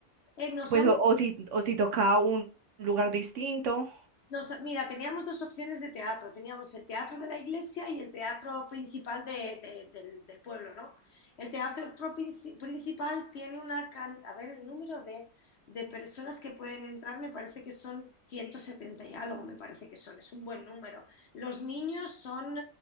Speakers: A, on the left (about 60°); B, on the right (about 65°).
A: Eh, nos
B: pues
A: han
B: o, o si, o si toca un lugar distinto.
A: Nos- mira, teníamos dos opciones de teatro. Teníamos el teatro de la iglesia y el teatro principal de- de- del, del pueblo, ¿no? El teatro princi- principal tiene una... can- a ver, el número de, de personas que pueden entrar me parece que son 170 y algo, me parece que son. Es un buen número. Los niños son